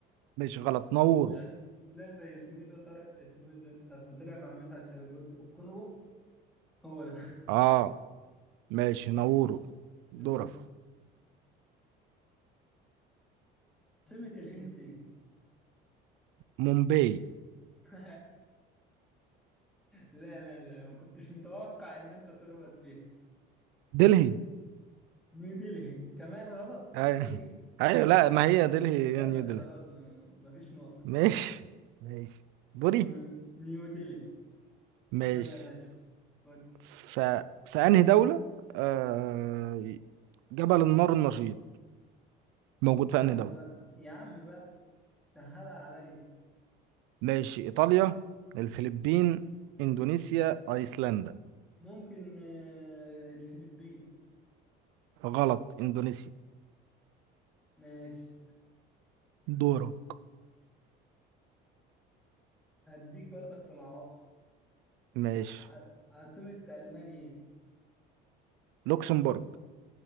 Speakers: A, on the right; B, in the centre.
A: مش غلط ناورو
B: لا لا زي اسمه ايه ده طارق اسمه ايه ده ساعة ما طلع مع مدحت شلبي بيقول له الكونغو هو ده
A: اه ماشي
B: <laughs>
A: نورو دورك
B: ماشي عاصمة الهند إيه؟
A: مومباي
B: <laughs> لا لا لا ما كنتش متوقع ان انت تغلط فيها
A: دلهي
B: نيو دلهي كمان غلط
A: ايوه
B: دلهي
A: ايوه لا
B: لا
A: ما هي دلهي
B: لا
A: هي نيو
B: يا باشا
A: دلهي
B: خلاص ما ما فيش نقط
A: ماشي ماشي بوري
B: نيو نيو دلهي
A: ماشي
B: يلا يا باشا ود
A: ف... في انهي دولة آه... جبل النار النشيط موجود
B: يا
A: في
B: عم
A: انهي دولة
B: بقى يا عم بقى سهلها عليا
A: ماشي ايطاليا الفلبين اندونيسيا ايسلندا
B: ممكن آه، الفلبين
A: غلط اندونيسيا
B: ماشي
A: دورك
B: هديك برضك في العواصم
A: ماشي
B: ع- ع- عاصمة ألمانيا
A: لوكسمبورج